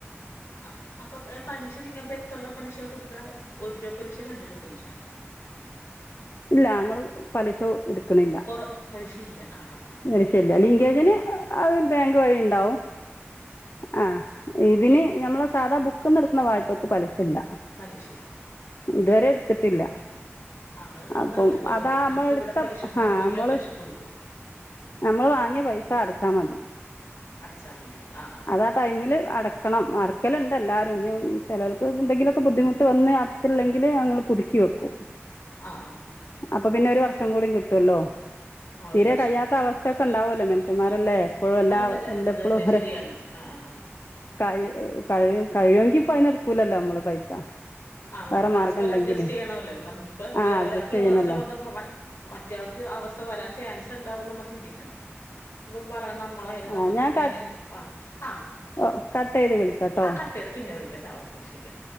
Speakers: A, on the left; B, on the left.
A: ആ അപ്പൊ പലിശ നിങ്ങപ്പോ എത്രൂ പലിശ കൊടുക്കണ ഒരു രൂപ പലിശ രണ്ട് രൂപ പലിശണോ
B: ഇല്ല ഞങ്ങള് പലശോ എടുക്കണില്ല
A: കൊറ പലിശയില്ല. ആ, ആ, ആ.
B: പലിശല്ല ലിങ്കേജിന് അത് ബാങ്ക് വഴി ഉണ്ടാവും ആ ഇതിന് നമ്മൾ സാധാ ബുക്കന്ന് എക്കുന്ന വായ്പൊക്ക് പലിശ ശല്ല
A: പലിശയില്ല. ആ, ആ.
B: ഇതുവരെ എടുത്തിട്ടില്ല
A: ആ അത് ന-
B: അപ്പം
A: നല്ല കാര്യമാണ്.
B: അതാ നമ്മൾ
A: ഞങ്ങക്ക്
B: എടുത്ത
A: ഇവിടെ പലിശക്ക്
B: ഹ
A: രൂ.
B: നമ്മള്
A: പലിശ കൊടുക്കും.
B: നമ്മൾ വാങ്ങിയ പൈസ അടച്ചാ മതി
A: അടച്ചാ മതി. ആ, ആ.
B: അതാ ടൈമില് അടക്കണം അടക്കല്ണ്ട് എല്ലാ ചിലർക്ക് എന്തെങ്കിലുമൊക്കെ ബുദ്ധിമുട്ട് വന്ന് അടച്ചില്ലെങ്കിൽ ങ്ങള് പുതുക്കി വെക്കും
A: ആ ആ
B: അപ്പൊ പിന്നെ ഒരു വർഷം കൂടി കിട്ടുവല്ലോ
A: ആ
B: തീരെ
A: ഒരു വർഷം
B: കഴിയാത്ത
A: കൂടി അല്ലേ?
B: അവസ്ഥയ ഒക്കെ ഉണ്ടാവല്ലോ മെൻ സമാരല്ലേ എപ്പോഴും എല്ലാ
A: ആ മതി. ആ,
B: എല്ലപ്പോഴും
A: അത് തന്നെ
B: അവരെ
A: ശരിയാണ്. ആ, ആ, ആ.
B: ക കഴ കഴിയെങ്കിൽ പൈന എടുക്കൂലല്ലോ നമ്മള് പൈസ
A: ആ ന
B: വേറെ
A: പരസ്പരം
B: മാർഗം ഉണ്ടെങ്കിലേ
A: അഡ്ജസ്റ്റ് ചെയ്യണമല്ലോ നമുക്കി പ്പ
B: ആ അഡ്ജസ്റ്റ്
A: ഒരാൾക്കി
B: ചെയ്യണമല്ലോ
A: അവസ്ഥ വന്ന മറ്റയാൾക്ക് അവസ്ഥ വരാ ൻ ചാൻസ്ഇണ്ടാവും ന്ന് നമ്മ ചിന്തിക്കണം മ്മ
B: ആ
A: നമ്മക്ക്
B: ഞാൻ
A: ഇതന്നെ
B: കട്ട്
A: ആ ആ
B: ഓ കട്ട് ചെയ്ത് വിളിക്കാട്ടോ
A: ആ കട്ട ചെയ്ത് പിന്നെ വിളിക്കട്ടാ ഓക്കെ ശരിയാ